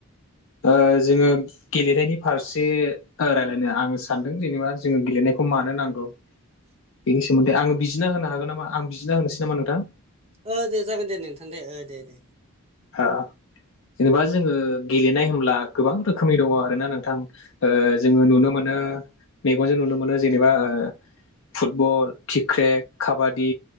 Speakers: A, on the left; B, on the right.
A: ओ जोङो गेलेनायनि फारसे ओ रायलायनो आं सानदों जेनेबा जोङो गेलेनायखौ मानो नांगौ। बेनि सोमोन्दै आं बिजिना होनो हागोन नामा आं बिजिना होनोसै नामा नोंथां?
B: ओ दे जागोन दे नोंथां ओ दे-दे-दे।
A: ओ जेनेबा जोङो गेलेनाय होनब्ला गोबां रोखोमनि दङ आरोना नोंथां। ओ जोङो नुनो मोनो मेगनजों नुनो मोनो जेनेबा ओ फुटबल क्रिक्रेट काबादि